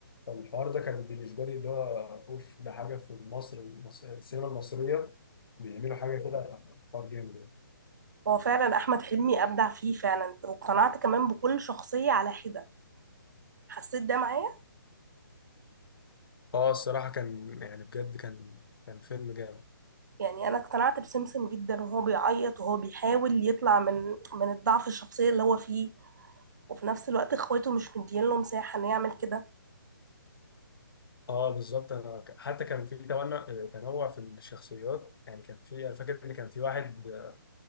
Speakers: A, on the left; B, on the right.
A: فالحوار ده كان بالنسبة لي اللي هو أوف ده حاجة في مصر المص- السينما المصرية بيعملوا حاجة كده حوار جامد يعني.
B: هو فعلا احمد حلمي ابدع فيه فعلا واقتنعت كمان بكل شخصية على حدة حسيت ده معايا
A: اه الصراحة كان يعني بجد كان كان فيلم جامد
B: يعني انا اقتنعت بسمسم جدا وهو بيعيط وهو بيحاول يطلع من من الضعف الشخصيه اللي هو فيه وفي نفس الوقت اخواته مش مدين له مساحه انه يعمل كده
A: اه بالظبط انا ك- حتى كان في تنوع تنوع في الشخصيات يعني كان في انا فاكر ان كان في واحد آه،